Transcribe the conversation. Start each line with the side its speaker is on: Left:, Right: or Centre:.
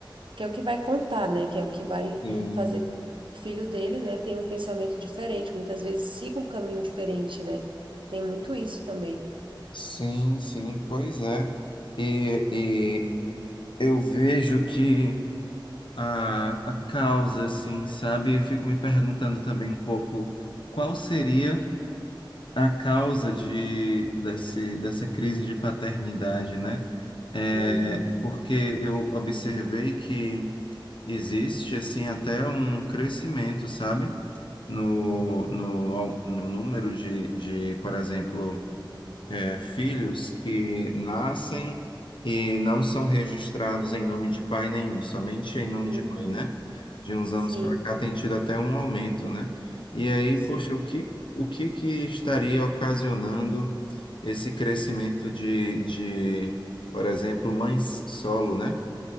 Right: que é o que vai contar, né? Que é o que vai
Left: sim,
Right: fazer o filho dele, né, ter um pensamento diferente, muitas vezes siga um caminho diferente, né? Tem muito isso também.
Left: sim, sim, pois é. E, e eu vejo que a, a causa, assim, sabe? Eu fico me perguntando também um pouco qual seria. a causa de, desse, dessa crise de paternidade, né? É,
Right: Uhum,
Left: porque eu observei que existe, assim, até um crescimento, sabe? No, no, no número de, de, por exemplo, é, filhos que nascem e não são registrados em nome de pai nenhum, somente em nome
Right: uhum,
Left: de mãe, né? De uns
Right: sim,
Left: anos para cá tem tido até um aumento, né? E aí,
Right: sim.
Left: poxa, o que, o que que estaria ocasionando esse crescimento de, de, por exemplo, mães solo, né?